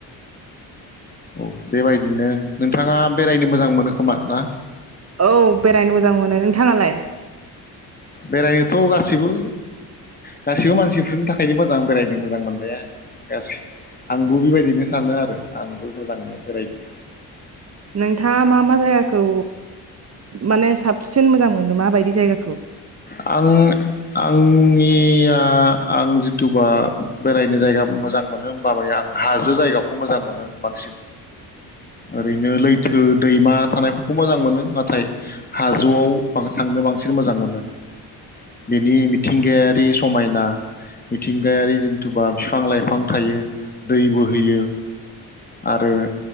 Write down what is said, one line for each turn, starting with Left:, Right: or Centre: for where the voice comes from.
Left: औ बेबायदिनो नोंथाङा बेरायनो मोजां मोनो खोमा ना?
Right: औ बेरायनो मोजां मोनो नोंथाङालाय?
Left: बेरायनोथ' गासैबो गासैबो मानसिफोरनि थाखायनो मोजां बेरायनो मोजां मोननाया। गासै आंबो बेबायदिनो सानो आरो आंबो मोजां मोनो बेरायनो।
Right: नोंथाङा मा मा जायगाखौ माने साब सिन मोजां मोनो माबायदि जायगाखौ‌?
Left: आं आंनिया आं जिथुबा बेरायनो जायगा मोजां मोनो होमबा माने आं हाजो जायगाखौ मोजां मोनो बांसिन ओरैनो लैथो दैमा थानायफोरखौ मोजां मोनो नाथाय हाजोआव बां थांनो बांसिन मोजां मोनो बेनि मिथिंगायारि समायना मिथिंगायारि जन्थुबा बिफां लाइफां थायो दैबो होयो आरो